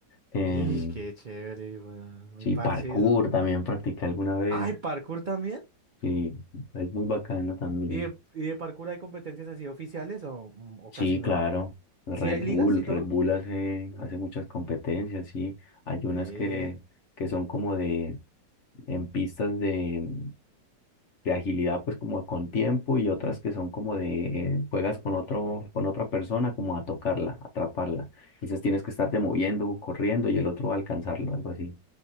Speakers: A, on the left (about 50°); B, on the right (about 70°).
A: Em,
B: ¡Y qué chévere, weón! Muy
A: sí,
B: parche
A: parkour
B: eso.
A: también practiqué alguna vez,
B: ¡Ay, parkour también!
A: sí, es muy bacano también.
B: ¿Y de, y de parkour hay competencias así oficiales o, mm, o
A: Sí,
B: casi no?
A: claro, Red
B: ¿Sí hay ligas
A: Bull,
B: y
A: Red
B: todo?
A: Bull hace, hace muchas competencias, sí, hay
B: Ve.
A: unas que, que son como de en pistas de, de agilidad, pues como con tiempo y otras que son como de eh, juegas con otro, con otra persona como a tocarla, atraparla. Entonces tienes que estarte moviendo, corriendo y el otro va a alcanzarlo, algo así.